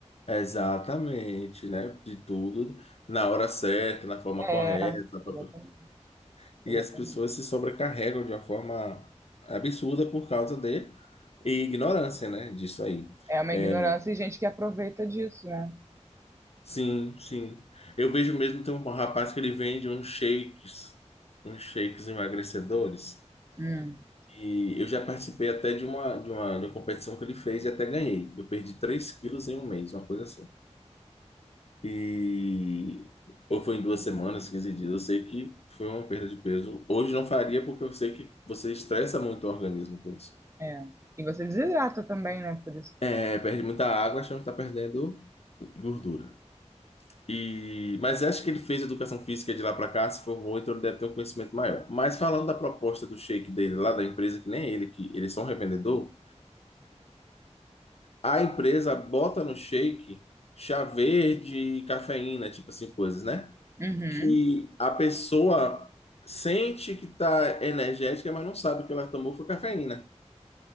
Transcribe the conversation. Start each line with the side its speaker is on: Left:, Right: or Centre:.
Left: Exatamente, né? De tudo na hora certa, na forma
Right: É,
Left: correta. pá,
Right: exatamente.
Left: pá, pá. E
Right: exatamente.
Left: as pessoas se sobrecarregam de uma forma absurda por causa de ignorância, né? Disso aí.
Right: É uma
Left: É,
Right: ignorância e gente que aproveita disso, né?
Left: Sim, sim. Eu vejo mesmo, tem um rapaz que ele vende uns shakes, uns shakes emagrecedores.
Right: Hum,
Left: E eu já participei até de uma, de uma, de uma competição que ele fez e até ganhei. Eu perdi 3 quilos em um mês, uma coisa assim. E. Ou foi em duas semanas, 15 dias. Eu sei que foi uma perda de peso. Hoje não faria porque eu sei que você estressa muito o organismo com isso.
Right: é. E você desidrata também, né? Por isso.
Left: É, perde muita água, achando que está perdendo gordura. E, mas acho que ele fez educação física de lá para cá, se formou, então ele deve ter um conhecimento maior. Mas falando da proposta do shake dele lá da empresa, que nem ele, que ele é só um revendedor, a empresa bota no shake chá verde, cafeína, tipo assim, coisas, né?
Right: Uhum,
Left: Que a pessoa sente que tá energética, mas não sabe que ela tomou foi cafeína.